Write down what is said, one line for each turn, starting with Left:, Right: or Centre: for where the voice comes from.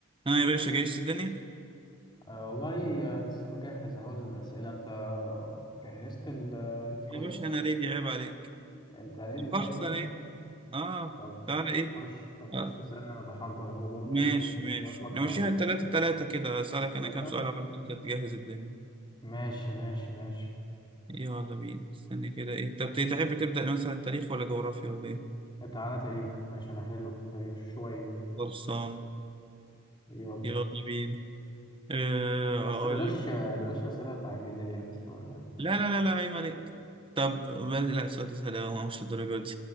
Right: ها يا باشا جايش الدنيا
Left: أه والله آه، لسه بجهز اهو الأسئلة انت جهزت ال- آه، الكويز
Right: يا باشا انا ريدي عيب عليك
Left: انت ليه دايما
Right: خلاص انا ايه اه
Left: طب
Right: تعالى
Left: طب
Right: ايه
Left: خش طب
Right: آه.
Left: خش اسألني انا بحضر اهو برضو
Right: ماشي
Left: ايه
Right: ماشي
Left: جنبك
Right: نمشيها
Left: اهو
Right: تلاتة تلاتة كده اسألك
Left: ثلاثة
Right: انا كام سؤال عشان انت تجهز الدنيا
Left: ماشي ماشي ماشي
Right: يلا بينا استني كده ايه طب تحب تبدأ مثلا تاريخ ولا جغرافيا ولا ايه
Left: تعالى تاريخ ماشي انا حلو في التاريخ شوية
Right: خلصان
Left: يلا
Right: يلا بينا آه
Left: بس
Right: اقول
Left: بلاش
Right: لك
Left: آه، بلاش أسئلة تعجيزية بس قلنا
Right: لا لا لا لا عيب عليك طب بل- لا سؤال سهل أوي، مش للدرجة دي